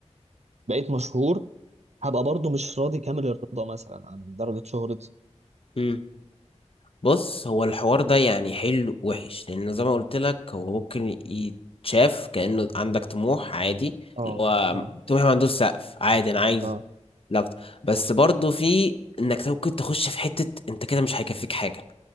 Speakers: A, on the right; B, on the left.
A: بقيت مشهور هبقى برضو مش راضي كامل الرضا مثلا عن درجه شهرتي
B: امم بص هو الحوار ده يعني حلو وحش لان زي ما قلت لك هو ممكن يتشاف كأنه عندك طموح عادي
A: اه
B: اللي هو
A: اه
B: طموح ما عندوش سقف عادي انا عايز
A: اه
B: لقط بس برضه في انك ممكن تخش في حتة انت كده مش هيكفيك حاجة